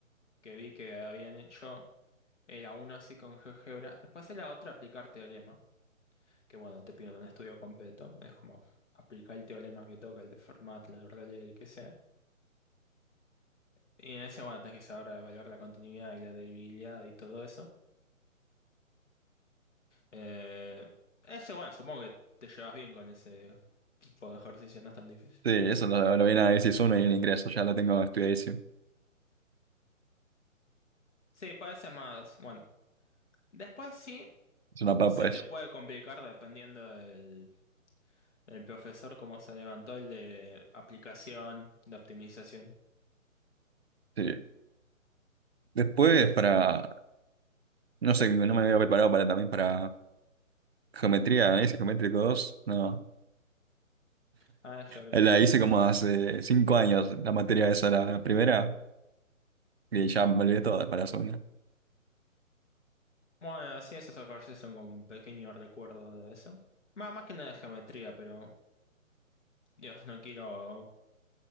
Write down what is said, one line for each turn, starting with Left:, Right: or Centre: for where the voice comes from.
Left: que vi que habían hecho, era uno así con GeoGebra, después era otro aplicar teorema, que bueno, te piden un estudio completo, es como aplicar el teorema que toca, el de Fermat, el de Rayleigh, el que sea. Y en ese, bueno, tenés que saber evaluar la continuidad y la debilidad y todo eso. Eh, ese, bueno, supongo que te llevas bien con ese tipo de ejercicio, no es tan difícil.
Right: Sí, eso lo, lo viene a decir uno y en ingreso, ya lo tengo estudiadísimo.
Left: Sí, parece más, bueno. Después sí,
Right: Es una papa
Left: se
Right: eso.
Left: te puede complicar dependiendo del, del profesor, cómo se levantó el de aplicación, de optimización.
Right: Sí. Después para, no sé, no me había preparado para también para geometría, análisis geométrico 2 no.
Left: Álgebra
Right: Eh,
Left: y geometría
Right: La hice
Left: analítica.
Right: como hace cinco años, la materia esa, la, la primera, y ya me olvidé todas para la segunda.
Left: Bueno, sí, esos ejercicios son como un pequeño recuerdo de eso. Más, más que nada de geometría, pero Dios, no quiero